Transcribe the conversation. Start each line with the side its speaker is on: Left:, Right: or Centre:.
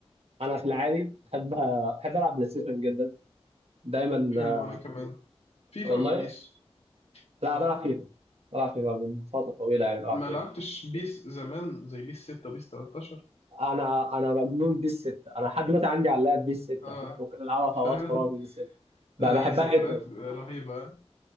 Right: انا في العادي بحب بحب العب بلاي ستيشن جدا دايما
Left: حلو
Right: آه،
Left: أنا كمان فيفا
Right: والله
Left: ولا بيس؟
Right: لا
Left: آه
Right: بلعب فيفا بلعب فيفا من فتره طويله يعني بلعب
Left: ما
Right: فيفا
Left: لعبتش بيس زمان زي بيس 6 بيس 13
Right: انا انا مجنون بيس 6 انا لحد دلوقتي عندي على اللاب بيس 6
Left: آه
Right: ممكن العبها في اوقات
Left: فعلا
Right: فراغي بيس 6 بقى
Left: آه
Right: بحبها
Left: ذكريات
Right: جدا
Left: رهيبة